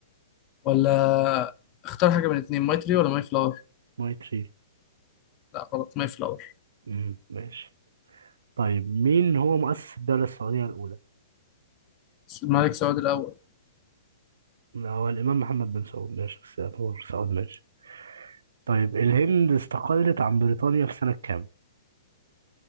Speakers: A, on the left (about 25°); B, on the right (about 80°).
A: ولا اختار حاجة من الاتنين ماي تري ولا ماي فلاور
B: ماي تري
A: لا غلط ماي فلاور
B: مم، ماشي طيب مين هو مؤسس الدولة السعودية الأولى؟
A: الملك سعود الأول
B: لا، هو الإمام محمد بن سعود ماشي بس يعتبر سعود ماشي طيب الهند استقلت عن بريطانيا في سنة كام؟